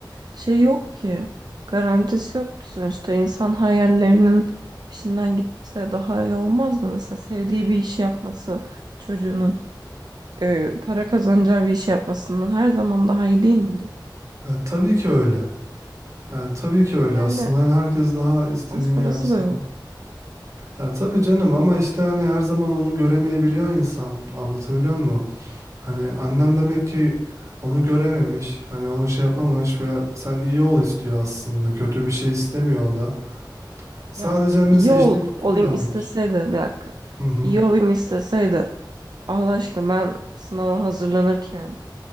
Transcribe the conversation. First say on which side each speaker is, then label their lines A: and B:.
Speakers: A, on the right; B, on the right.
A: şey yok ki. Garantisi yok ki sonuçta insan hayallerinin peşinden gitse daha iyi olmaz mı? Mesela sevdiği bir işi yapması, çocuğunun e, para kazanacağı bir işi yapmasından her zaman daha iyi değil midir?
B: E, tabii ki öyle. E, tabii ki öyle
A: Yani
B: aslında. Yani herkes daha istediğini
A: az parası
B: yapsın.
A: da yok.
B: Ya tabii canım ama işte hani her zaman onu göremeyebiliyor insan. Anlatabiliyor muyum? Hani annen demek ki onu görememiş. Hani onu şey yapamamış ve sen iyi ol istiyor aslında. Kötü bir şey istemiyor o da. Sadece
A: Ya
B: anne
A: iyi
B: seçtiği
A: ol,
B: tutum
A: olayım
B: yanlış.
A: isteseydi bir dakika.
B: Hı hı.
A: İyi olayım isteseydi Allah aşkına ben sınava hazırlanırken